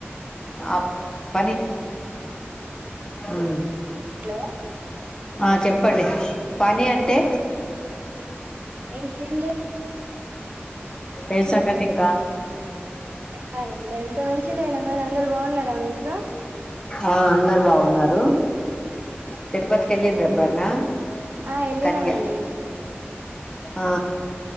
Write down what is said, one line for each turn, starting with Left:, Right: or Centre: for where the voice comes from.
Left: ఆ పని ఉమ్
Right: హలో
Left: ఆ చెప్పండి పని అంటే
Right: ఇంకేంది
Left: ఏం సంగతి ఇంకా
Right: చెప్పాలండి ఎంత మంచిదయినా మరి అందరు బాగున్నారా మీ ఇంట్లో
Left: ఆ అందరు బాగున్నారు తిరుపతికి వెళ్ళిండ్ర ఎప్పుడన్నా
Right: ఆ ఎల్లినామండి
Left: కరియా ఆ